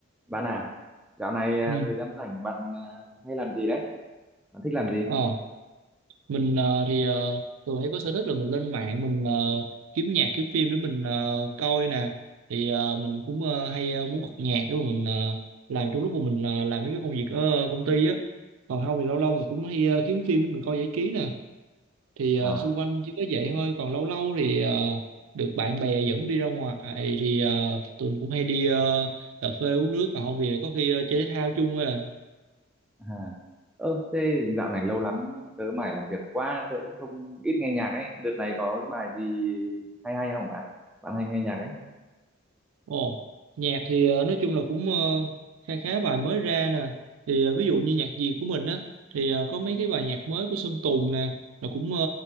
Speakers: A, in the centre; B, on the right.
A: Bạn à, dạo này à,
B: Ừ.
A: thời gian rảnh bạn à, hay làm gì đấy? Bạn thích làm gì?
B: Ờ, mình ờ, thì ờ, thường hay có sở thích là mình lên mạng mình ờ, kiếm nhạc kiếm phim để mình ờ, coi nè thì ờ, mình cũng ờ, hay ờ, muốn bật nhạc để mà mình ờ, làm trong lúc mà mình ờ, làm mấy cái công việc ở công ty á còn không thì lâu lâu mình cũng hay ờ, kiếm phim để mình coi giải trí nè thì ờ,
A: À,
B: xung quanh chỉ có vậy thôi còn lâu lâu thì ờ, được bạn bè dẫn đi ra ngoài thì ờ, tụi mình cũng hay đi ờ, cà phê uống nước còn không thì có khi ờ, chơi thể thao chung thôi à
A: à. Ơ, thế dạo này lâu lắm tớ mải làm việc quá, tớ cũng không ít nghe nhạc ấy. Đợt này có cái bài gì hay hay không bạn? Bạn hay nghe nhạc ấy?
B: Ồ, nhạc thì ờ, nói chung là cũng ờ, khá khá bài mới ra nè. Thì ờ, ví dụ như nhạc Việt của mình á thì ờ, có mấy cái bài nhạc mới của Sơn Tùng nè, là cũng ờ,